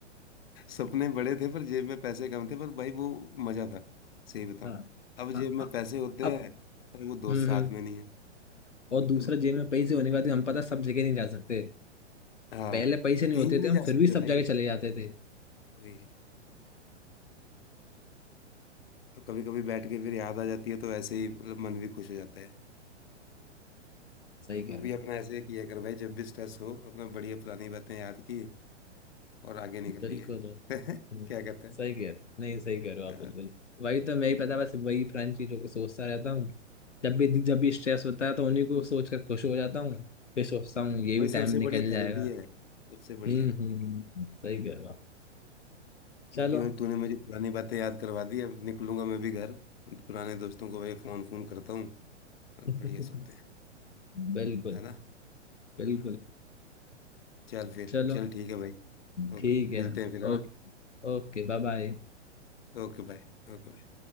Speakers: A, on the left; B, on the left.
A: सपने बड़े थे पर जेब में पैसे कम थे पर भाई वो मजा था सही बताऊं
B: हाँ
A: अब जेब
B: अ-
A: में
B: अ-
A: पैसे होते
B: अब
A: हैं पर वो दोस्त
B: हम्म
A: साथ
B: हम्म
A: में नहीं है
B: और दूसरा
A: तो
B: जेब में पैसे होने के बाद भी हम पता है सब जगह नहीं जा सकते
A: हाँ
B: पहले पैसे नहीं
A: कहीं
B: होते
A: भी नहीं
B: थे हम
A: जा
B: फिर
A: सकते
B: भी सब
A: भाई
B: जगह चले जाते थे
A: वही तो कभी कभी बैठ के फिर याद आ जाती है तो ऐसे ही मतलब मन भी खुश हो जाता है
B: सही
A: तू
B: कह रहे
A: भी अपना
B: हो
A: ऐसे ही किया कर भाई जब भी स्ट्रेस हो अपना बढ़िया पुरानी बातें याद की और आगे निकल
B: बिल्कुल
A: लिए <laughs> क्या
B: हम्म,
A: कहता है
B: सही कह रहे हो नहीं सही कह रहे हो
A: अ,
B: आप बिल्कुल वही तो मैं ही पता बस वही पुरानी चीजों को सोचता रहता हूँ जब भी जब भी स्ट्रेस होता है तो उन्हीं को सोच कर खुश हो जाता हूँ फिर सोचता हूँ ये
A: वही
B: भी टाइम
A: सबसे
B: निकल
A: बढ़िया
B: जाएगा
A: थेरेपी है सबसे बढ़िया
B: हम्म हम्म हम्म, सही कह रहा चलो
A: बाकी भाई तूने मुझे पुरानी बातें याद करवा दी अब निकलूंगा मैं भी घर पुराने दोस्तों को भाई फोन फोन करता हूँ और
B: <laughs>
A: बढ़िया सोते हैं
B: बिल्कुल
A: है ना
B: बिल्कुल
A: हम्म, चल फिर
B: चलो
A: चल ठीक है भाई
B: ठीक
A: ओके
B: है
A: मिलते हैं फिर है ना
B: ओके Okay bye bye
A: Okay bye Okay bye